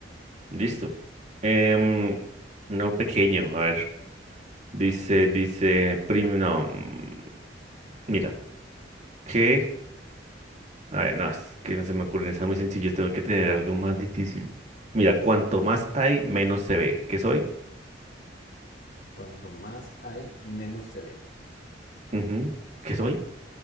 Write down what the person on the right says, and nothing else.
Listo. Em, no pequeño, a ver. Dice, dice, prim, no, mm, mira, que, a ver, no, es que no se me ocurren, está muy sencillo, tengo que tener algo más difícil. Mira, cuanto más hay, menos se ve. ¿Qué soy?
Ujú. ¿Qué soy?